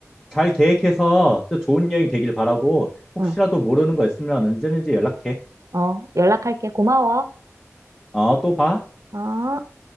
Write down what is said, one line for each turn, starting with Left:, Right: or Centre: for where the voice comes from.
Left: 잘 계획해서 또 좋은 여행 되길 바라고 혹시라도
Right: 응,
Left: 모르는 거 있으면 언제든지 연락해.
Right: 어, 연락할게. 고마워.
Left: 어, 또 봐.
Right: 어.